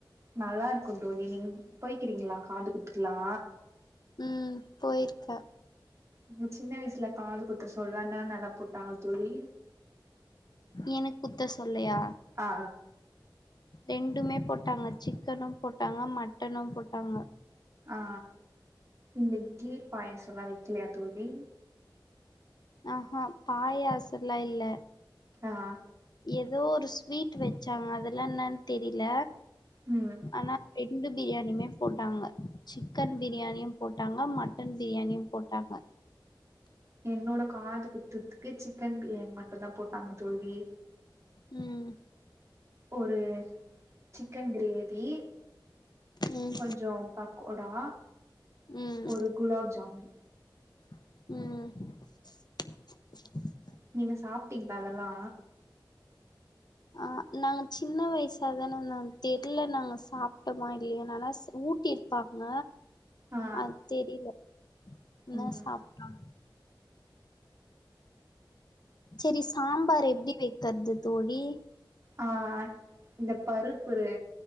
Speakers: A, on the right (about 35°); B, on the left (about 55°).
A: நல்லாருக்குந் தோழி நீங் போய்கிறிங்ளா காது குத்துக்லா
B: ம் போய்ருக்க
A: ங்க சின்ன வய்சுல காது குத்த சொல்ற‌ன்னன்னா நக போட்டாங்க தோழி
B: எனுக் குத்த சொல்லையா
A: ஆ
B: ரெண்டுமே போட் டாங்க சிக்கனும் போட்டாங்க மட்டனும் போட்டாங்க
A: ஆ இந்த கீர் பாயாசல்லா வெக்லியா தோழி
B: ஆஹா பாயாசல்லா இல்ல
A: அ அ
B: எதோ ஒரு ஸ்வீட் வெச்சாங்க அதல்லா என்னன் தெரில
A: ம்
B: ஆனா ரெ ண்டு பிரியாணிமே போட்டாங்க சிக்கன் பிரியாணியும் போட்டாங்க மட்டன் பிரியாணியும் போட்டாங்க
A: என்னோட காது குத்துதுக்கு சிக்கன் பிரியாணி மட்டுந்தா‌ போட்டாங்க தோல்வி
B: ம்
A: ஒரு சிக்கன் கிரேவி
B: ம்
A: கொஞ்சோ பக்கோடா
B: ம்
A: ஒரு குலாப்ஜாமு
B: ம்
A: நீங்க சாப்டிங்ளா அதல்லா
B: அ நாங்க சின்ன வய்சா தானந்தோ தெர்ல நாங்க சாப்ட்டமா இல்லியானு ஆனா ஸ் ஊட்டிர் பாங்க
A: ஆ
B: அத் தெரில ன்ன
A: ம்
B: சாப்டோனு செரி சாம்பார் எப்டி வெக்கற்து தோழி
A: ஆ இந்த பருப்புரு